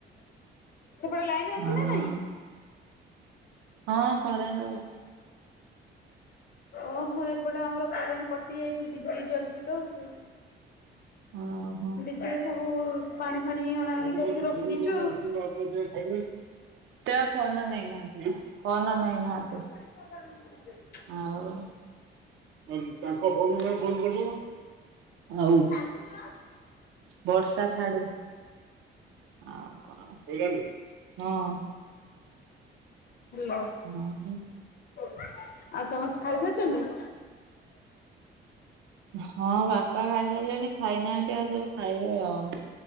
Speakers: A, on the left; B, on the right.
A: ସେପଟେ ଲାଇନ୍ ଅଛି
B: ଆଉ
A: ନା ନାହିଁ?
B: ହଁ କରେଟେ ଅ
A: ଓହୋ ଏପଟେ ଆମର କରେଣ୍ଟ କଟି ଯାଇଛି ଡିଜି ଚାଲିଛି ତ ସେ
B: ଓ ହୋ।
A: ଡିଜେ ରେ ସବୁ ପାଣି ଫାଣି ଅଣାଅଣି
B: <unintelligible> ମାଆ
A: କରିକି ରଖିଦେଇଛୁ ଆଉ।
B: ପୁଅ ଖାଇବେ ସେ ବା ଫୋନ ନେଇ ନାହାନ୍ତି ଫୋନ ନେଇ ନାହାନ୍ତି।
A: <unintelligible>
B: ଆଉ ତାଙ୍କ ଫୋନ କୁ ନହେଲେ ଫୋନ କରିଦଉନା। ଆଉ
A: <unintelligible>
B: ବର୍ଷା ଛାଡୁ ଆଉ କଣ ଶୋଇଲେଣି ହଁ
A: ହ୍ୟାଲୋ
B: ହଁ
A: <inaudible> ଆଉ ସମସ୍ତେ ଖାଇସାରିଛନ୍ତି?
B: ହଁ ବାପା ଖାଇସାରିଲେଣି ଖାଇନାହାନ୍ତି ଆଉ ସବୁ ଖାଇବେ ଆଉ।